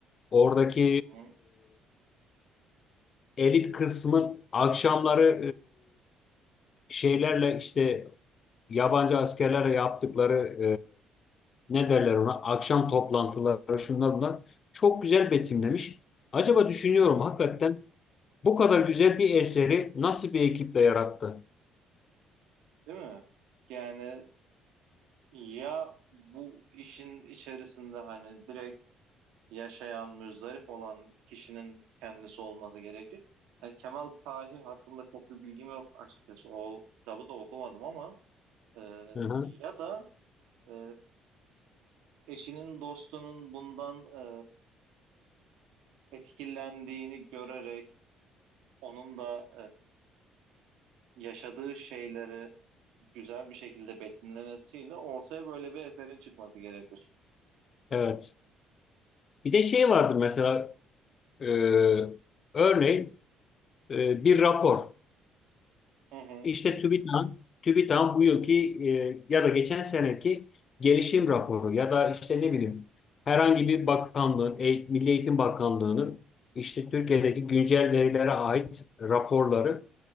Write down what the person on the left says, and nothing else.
oradaki
e, elit kısmın akşamları şeylerle işte yabancı askerlerle yaptıkları e, ne derler ona akşam toplantıları şunlar bunlar çok güzel betimlemiş. Acaba düşünüyorum
hakikaten bu kadar güzel bir eseri nasıl bir ekiple yarattı?
Hı hı,
evet. Bir de şey vardı mesela e, örneğin e, bir rapor.
İşte TÜBİTAK'ın TÜBİTAK'ın bu yılki e, ya da geçen seneki gelişim raporu ya da işte ne bileyim herhangi bir bakanlığın, e, Milli Eğitim Bakanlığı'nın işte Türkiye'deki güncel verilere ait raporları.